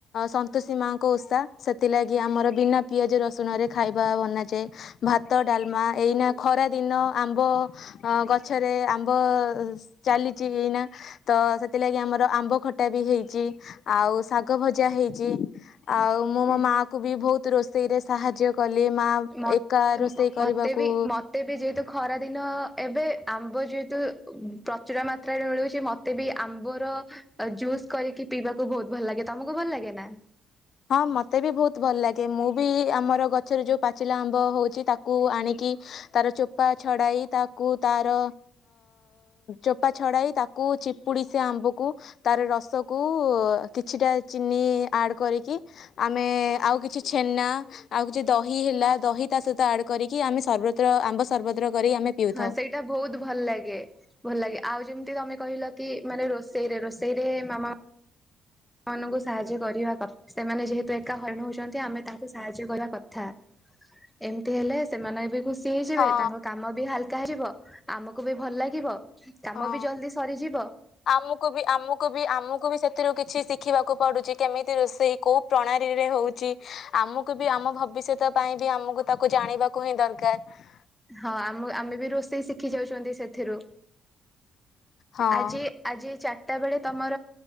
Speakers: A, on the left; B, in the centre.
A: ସନ୍ତୋଷୀ ମାଙ୍କ ଓଷା ସେଥିଲାଗି ଆମର ବିନା ପିଆଜ ରସୁଣରେ ଖାଇବା ବନାଯାଏ ଭାତ, ଡାଲମା ଏଇନା ଖରା ଦିନ ଆମ୍ବ ଅ ଗଛରେ ଆମ୍ବ ଚାଲିଛି ଏଇନା ତ ସେଥିଲାଗି ଆମର ଆମ୍ବ ଖଟ ଟା ବି ହେଇଛି ଆଉ ଶାଗ ଭଜା ହେଇଛି। ଆଉ ମୁଁ ମୋ
B: ଏ
A: ମା କୁ ବି ବହୁତ ରୋଷେଇରେ ସାହାଯ୍ୟ କଲି ମା
B: ମତେ
A: ଏକା ରୋଷେଇ କରିବାକୁ
B: ବି ମତେ ବି ଯେହେତୁ ଖରା ଦିନ ଏବେ ଆମ୍ବ ଯେହେତୁ ପ୍ରଚୁର ମାତ୍ରାରେ ମିଳୁଛି ମତେ ବି ଆମ୍ବ ର ଜୁସ୍ କରିକି ପିଇବାକୁ ବହୁତ ଭଲ ଲାଗେ ତମକୁ ଭଲ ଲାଗେ ନା।
A: ହଁ ମତେ ବି ବହୁତ ଭଲ ଲାଗେ ମୁଁ ବି ଆମର ଗଛରେ ଯୋଉ ପାଚିଲା ଆମ୍ବ ହଉଛି ତାକୁ ଆଣିକି ତାର ଚୋପା ଛଡ଼ାଇ ତାକୁ ତାର ଚୋପା ଛଡ଼ାଇ ତାକୁ ଚିପୁଡ଼ି ସେ ଆମ୍ବକୁ ତାର ରସକୁ କିଛିଟା ଚିନି ଆଡ଼ କରିକି କି ଆମେ ଆଉ କିଛି ଛେନା ଆଉ କିଛି ଦହି ହେଲା ଦହି ତା ସହିତ ଆଡ଼ କରିକି ଆମେ ସର୍ବତ୍ର ଆମ୍ବ ସର୍ବତ୍ର କରି ଆମେ ପିଉଥାଉ।
B: ହଁ ସେଇଟା ବହୁତ ଭଲ ଲାଗେ ଭଲ ଲାଗେ ଆଉ ଯେମିତି ତମେ କହିଲ କି ମାନେ ରୋଷେଇରେ ରୋଷେଇ ଏ ମାମା ନକୁ ସାହାଯ୍ୟ କରିବା କଥା ସେମାନେ ଯେହେତୁ ଏକା ହରିଣ ହଉଛନ୍ତି ଆମେ ତାଙ୍କୁ ସାହାଯ୍ୟ କରିବା କଥା। ଏମିତି ହେଲେ ସେମାନେ ବି ସି ହେଇଯିବେ
A: ହଁ
B: ତାଙ୍କ କାମ ବି ହାଲକା ହେଯିବ ଆମକୁ ବି ଭଲ ଲାଗିବ କାମ
A: ହଁ
B: ବି ଜଲଦି ସରିଯିବ।
A: ଆମକୁ ବି ଆମକୁ ବି ଆମକୁ ବି ସେଥିରୁ କିଛି ଶି ଖିବାକୁ ପଡୁଛି କେମିତି ରୋଷେଇ କୋଉ ପ୍ରଣାଳୀ ରେ ହଉଛି ଆମକୁ ବି ଆମ ଭବିଷ୍ୟତ ପାଇଁ ବି ଆମକୁ ତାକୁ ଜାଣିବାକୁ ହିଁ ଦରକାର।
B: ହଁ ଆମ ଆମେ ବି ରୋଷେଇ ଶିଖି ଯାଉଛନ୍ତି ସେଥିରୁ।
A: ହଁ।
B: ଆଜି ଆଜି ଚାରିଟା ବେଳେ ତମ